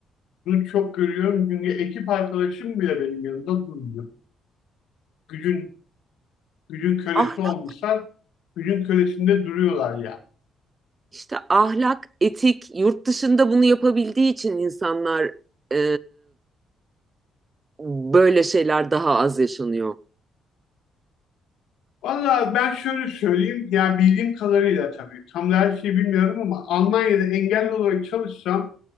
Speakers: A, on the left; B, on the right.
A: bunu çok görüyorum çünkü ekip arkadaşım bile benim yanımda durmuyor. Gücün, gücün kölesi
B: Ah
A: olmuşlar, gücün kölesinde duruyorlar ya.
B: İşte ahlak, etik, yurt dışında bunu yapabildiği için insanlar e, böyle şeyler daha az yaşanıyor.
A: Valla ben şöyle söyleyeyim, ya bildiğim kadarıyla tabii, tam da her şeyi bilmiyorum ama Almanya'da engelli olarak çalışsam,